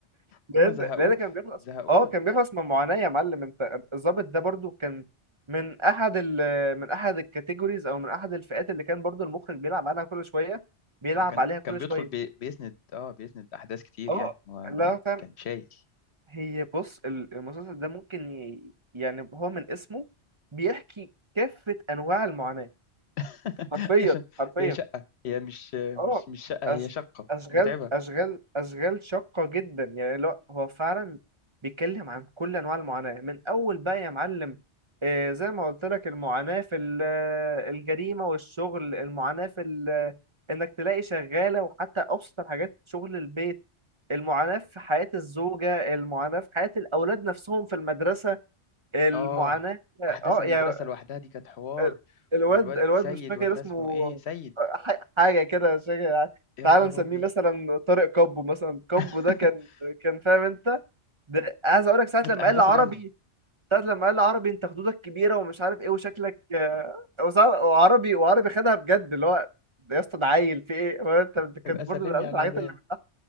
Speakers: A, on the right; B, on the left.
A: لان
B: هم زهقوه
A: لان كان بيخلص
B: زهقوه
A: اه كان بيخلص من معاناة يا معلم انت الضابط ده برضو كان من احد ال من احد الكاتيجوريز او من احد الفئات اللي كان برضو المخرج بيلعب عليها كل شوية بيلعب
B: هو كان
A: عليها كل
B: كان بيدخل
A: شوية
B: بي بيسند اه بيسند احداث كتير
A: اه
B: يعني هو ما
A: لا فاهم
B: كان شايل
A: هي بص ال- المسلسل ده ممكن ي... يعني هو من اسمه بيحكي كافة أنواع المعاناة
B: <laughs>
A: حرفيا
B: عشان
A: حرفيا
B: هي شقة هي مش مش
A: اه
B: مش شقة هي
A: أش...
B: شقة
A: اشغال
B: متعبة
A: اشغال اشغال شاقة جدا يعني لا هو فعلا بيتكلم عن كل انواع المعاناة من اول بقى يا معلم آه، زي ما قلت لك المعاناة في ال- آه، الجريمة والشغل المعاناة في ال- آه، انك تلاقي شغالة وحتى ابسط الحاجات شغل البيت المعاناة في حياة الزوجة المعاناة في حياة الاولاد نفسهم في المدرسة المعاناة
B: اه احداث
A: اه
B: المدرسة
A: يعني
B: لوحدها دي كانت حوار
A: ال- الواد
B: والواد
A: الواد
B: سيد
A: مش فاكر
B: ولا
A: اسمه
B: اسمه ايه سيد
A: ح- حاجة كده مش فاكر
B: يا
A: تعال
B: خرابي
A: نسميه مثلا طارق كابو مثلا كابو
B: <laughs>
A: ده كان كان فاهم انت ده عايز اقول لك ساعة
B: كانت
A: لما
B: احداثه
A: قال لي عربي
B: جامدة
A: ساعة لما قال لي عربي انت خدودك كبيرة ومش عارف ايه وشكلك آه، وساعة- وعربي وعربي خدها بجد اللي هو ده يا اسطى ده عيل في ايه هو انت أنت كانت
B: ابقى
A: برضه
B: سلم
A: ده
B: لي
A: اكتر
B: على المدام
A: الحاجات اللي بتضحك.